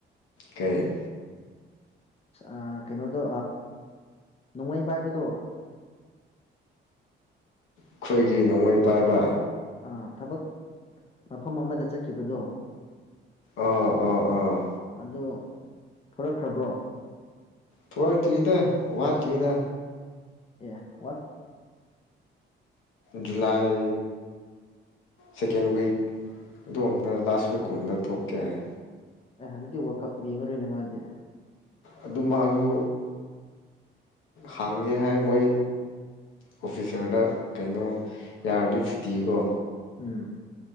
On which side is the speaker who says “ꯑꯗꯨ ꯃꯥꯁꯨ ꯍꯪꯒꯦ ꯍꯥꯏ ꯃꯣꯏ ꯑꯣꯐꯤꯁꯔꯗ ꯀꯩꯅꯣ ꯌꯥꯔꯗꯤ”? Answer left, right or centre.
Left